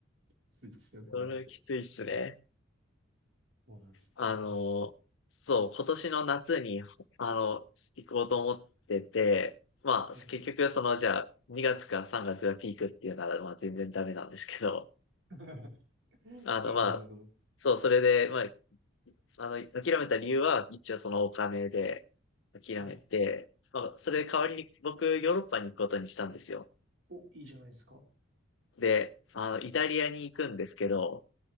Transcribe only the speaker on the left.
それはきついっすね。
あの、そう、今年の夏に、あの、行こうと思ってて、まあ、
結局、その、じゃあ、2月か3月がつがピークっていうなら、まあ、全然ダメなんですけど、
あの、
まあ、
そう、それで、まあ、あの、諦めた理由は、一応そのお金で諦めて、
まあ、それ代わりに僕、ヨーロッパに行くことにしたんですよ。
で、あの、イタリアに行くんですけど、